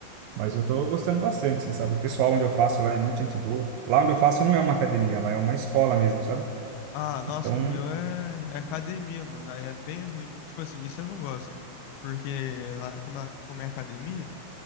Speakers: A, on the right; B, on the left.
A: Mas eu tô gostando bastante, assim, sabe? O pessoal onde eu faço lá é muito gente boa. Lá onde eu faço não é uma academia, lá é uma escola mesmo, sabe?
B: Ah, nossa,
A: Então,
B: no meu é, é academia, mano. Aí é bem ruim. Tipo assim, isso eu não gosto. Porque lá, como é, como é academia,